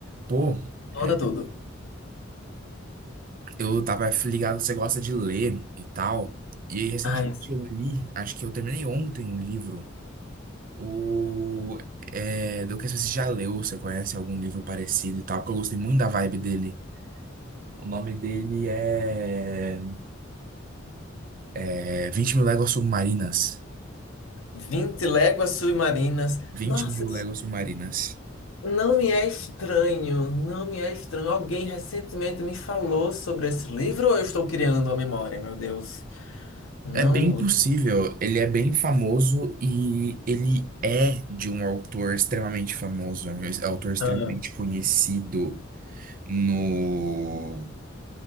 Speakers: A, on the right; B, on the left.
A: Pô,
B: Manda
A: é,
B: tudo.
A: eu tava ligado que você gosta de ler e tal. E recentemente
B: Ai,
A: eu li, acho que eu terminei ontem um livro. O, é, do que você já leu, você conhece algum livro parecido e tal, porque eu gostei muito da vibe dele. O nome dele é, é 20 Mil Léguas Submarinas.
B: vinte léguas submarinas.
A: vinte
B: Nossa,
A: mil
B: isso
A: léguas submarinas.
B: não me é estranho. Não me é estranho. Alguém recentemente me falou sobre esse livro ou eu estou criando a memória, meu Deus? Não.
A: É bem possível, ele é bem famoso e ele é de um autor extremamente famoso, é um autor extremamente
B: Ah.
A: conhecido no,